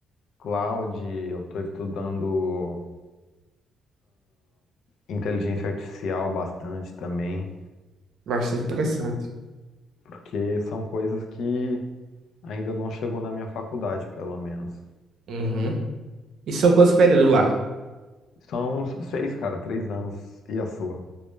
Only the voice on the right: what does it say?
Bastante interessante.
Uhum. E são quantos períodos lá?